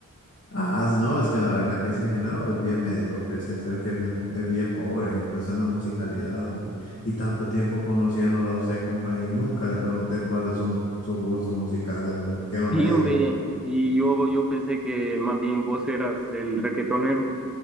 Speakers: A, on the left; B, in the centre.
A: Ah, sí, no, es que la verdad que ese género es bien mediocre, siento yo que es bien, es bien pobre en cuestión de musicalidad, hombre. Y tanto tiempo conociéndolo a usted, compa, y nunca le pregunté cuáles son sus gustos musicales, hombre, qué onda
B: Sí,
A: ahí.
B: hombre,
A: ¿Cuál-
B: y yo, yo pensé que más bien vos eras el requetonero.